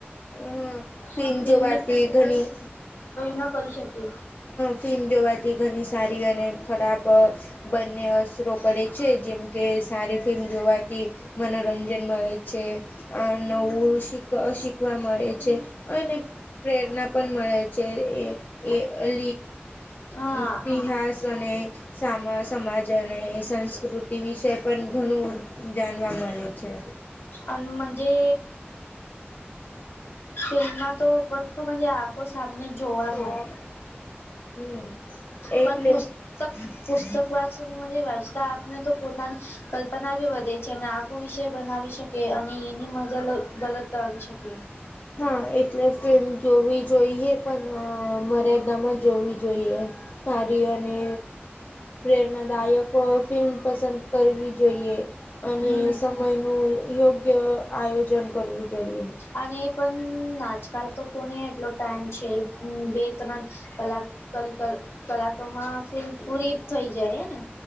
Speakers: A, on the left; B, on the left.
A: હમ ફિલ્મ
B: <unintelligible> <unintelligible>
A: જોવાથી ઘણી
B: ન કરી શકે
A: ફિલ્મ જોવાથી ઘણી સારી અને ખરાબ બંને અસરો પડે છે જેમ કે સારી ફિલ્મ જોવાથી મનોરંજન મળે છે. નવું શીખ શીખવા મળે છે અને પ્રેરણા પણ મળે છે એ એ <unintelligible>
B: હા
A: ઇતિહાસ અને સામા સમાજ અને સંસ્કૃત <unintelligible> વિષય પણ ઘણું જાણવા મળે છે.
B: અન મજે ફિલ્માં તો <unintelligible> આંખો સામને જોવા
A: <unintelligible> હમ એટલે
B: પણ પુસ્તક પુસ્તક વાચ વાચતા આપને તો પોતાની કલ્પના બી વધે છે અને આખું વિષય બનાવી શકી અને એની મજા ગલત આવી શકે.
A: હા એટલે ફિલ્મ જોવી જોઈએ પણ મર્યાદામાં જ જોવી જોઈએ સારી અને પ્રેરણાદાયકો ફિલ્મ પસંદ કરવી જોઈએ અને
B: હમ
A: સમયનું યોગ્ય આયોજન કરવું જોઈએ.
B: અને પણ આજકાલ તો કોણે એટલો ટાઈમ છે બે ત્રણ કલાક ક કલાકો માં ફિલ્મ પૂરી થઇ જાય હે ને